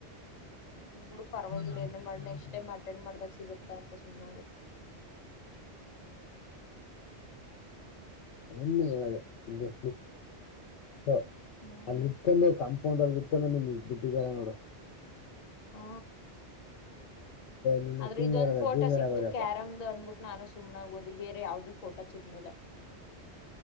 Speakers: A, on the left; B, on the left.
A: ಬಿುಡು ಪರವಾಗಿಲ್ಲ
B: ಪುನಃ ನಾಳೆ
A: ಏನ ಮಾಡಿ
B: ನಾಳೆ
A: ನೆಕ್ಸ್ಟ್
B: ಕೊಡಲ್ಲ
A: ಟೈಮ್ ಅಟೆಂಡ್ ಮಾಡ್ದಕ್ ಸಿಗತ್ತ ಅನ್ಕ ಸುಮ್ಗ
B: ಎ್ಣ ಹೇಳಲ್ಲಸ ಹ
A: ಹ್ಮ್
B: ಅಲ್ಲಿ ಇಟ್ಕೊಂಡು ಕಾಂಪೌಂಡ್ ಅಲ್ಲಿ ಇಟ್ಕೊಂಡು ನಿಮ್ ಇ ಬಿಟ್ಟಿದ್ದಲ್ಲ ನೋಡು
A: ಹ
B: ನೀನು
A: ಅದ್ರು
B: ಸೀನಿಯರ್
A: ಇದೊಂದ್
B: ಅಲ್ಲ
A: ಫೋಟೋ
B: ಜೂನಿಯರ್
A: ಸಿಕ್ತು
B: ಆಗೋದಪ್ಪ
A: ಕ್ಯಾರಮ್ದು ಅನ್ಬಿಟ್ಟು ನಾನು ಸುಮ್ನೇ ಸುಮ್ನ ಓದಿ ಬೇರೆ ಯಾವ್ದು ಫೋಟೋ ಸಿಗ್ನಿಲ್ಲ